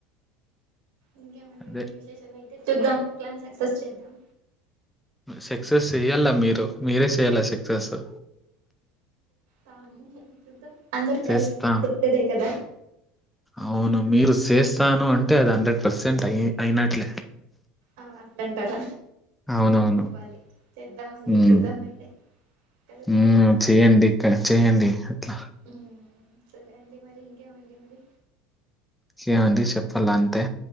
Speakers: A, on the right (about 65°); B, in the centre.
A: ఇంకేమండి
B: అదే
A: మరి విశేషాలై చూద్దాం ప్లాన్ సక్సెస్ చేద్దాం
B: సక్సెస్ చెయ్యలా మీరు మీరే సేయలా
A: చూద్దాం
B: సక్సెస్ సు
A: తాము ఉహు చూద్దాం అందరు
B: చేస్తాం
A: కలిస్తే చేసేదే కదా
B: అవును మీరు చేస్తాను అంటే అది హండ్రెడ్ పర్సెంట్ అయి అయినట్లే
A: అ అట్లాంటార
B: అవునవును
A: అవ్వాలి చేద్దామ అండి
B: ఉమ్
A: చూద్దామ అయితే కలుద్దాం
B: ఉమ్
A: ఒక రోజ
B: చేయండి
A: అయితే
B: ఇక చేయండి అట్లా
A: ఉమ్ సరే అండి మరి ఇంకేవండి మరి
B: చేమండి చెప్పాల అంతే